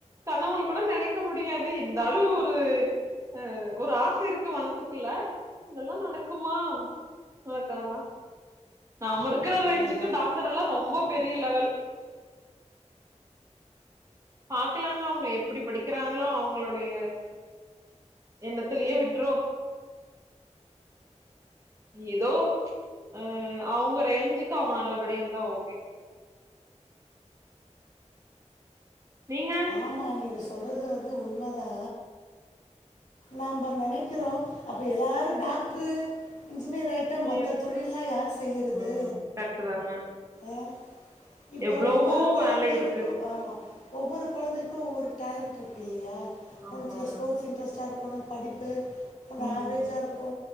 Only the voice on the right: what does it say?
கனவல கூட நெனைக்க முடியாது இருந்தாலு ஒரு அ ஒரு ஆச இருக்கு மனசுக்குள்ள அதெல்லா நடக்குமா நடக்காதா நாம இருக்கிற
ரேஞ்சுக்கு டாக்டர் எல்லா ரொம்ப பெரிய லெவல் பாக்கலாங்க அவங்க எப்படி படிக்கிறாங்களோ அவங்களுடைய எண்ணத்திலயே விட்டுறோ ஏதோ ஆ அவங்க ரேஞ்சுக்கு அவங்க நல்லபடியந்தா ஓகே நீங்க
எது
ம் கரெக்ட்டு தாங்க
எவ்ளவோ
வேல இருக்குங்
ஆமாங்க
ம்